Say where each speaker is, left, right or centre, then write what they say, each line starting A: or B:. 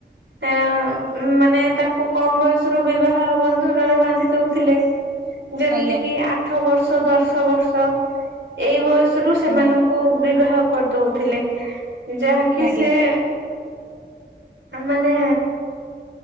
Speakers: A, on the right (about 90°); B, on the right (about 50°).
A: ଏ ମାନେ ତାଙ୍କୁ କମ ବୟସରୁ ବିବାହ ବନ୍ଧନରେ ବାନ୍ଧି ଦଉଥିଲେ। ଯେମିତିକି
B: ଆଜ୍ଞା
A: ଆଠ ବର୍ଷ ଦଶ ବର୍ଷ ଏଇ ବୟସରୁ ସେମାନଙ୍କୁ
B: ଆଜ୍ଞା
A: ବିବାହ କରିଦଉଥିଲେ ଯାହାକି
B: ଆଜ୍ଞା
A: ସେ ମାନେ